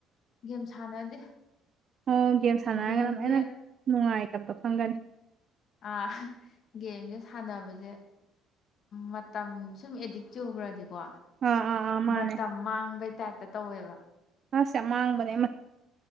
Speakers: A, on the left; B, on the right.
A: ꯒꯦꯝ ꯁꯥꯟꯅꯗꯦ
B: ꯑꯣ ꯒꯦꯝ ꯁꯥꯟꯅꯔꯒ
A: ꯒꯦꯝꯁꯦ
B: ꯑꯃꯨꯛꯀ ꯍꯦꯟꯅ ꯅꯨꯡꯉꯥꯏ ꯇꯞꯇꯣ ꯈꯪꯒꯅꯤ
A: ꯑꯥ ꯒꯦꯝꯁꯦ ꯁꯥꯟꯅꯕꯁꯦ ꯃꯇꯝ ꯁꯨꯝ ꯑꯦꯗꯤꯛ ꯆꯨ ꯈ꯭ꯔꯗꯤꯀꯣ
B: ꯑꯥ ꯑꯥ ꯑꯥ ꯃꯥꯅꯦ
A: ꯃꯇꯝ ꯃꯥꯡꯕꯩ ꯇꯥꯏꯞꯇ ꯇꯧꯋꯦꯕ
B: ꯑꯁ ꯌꯥꯝ ꯑꯃꯥꯡꯕꯅꯦ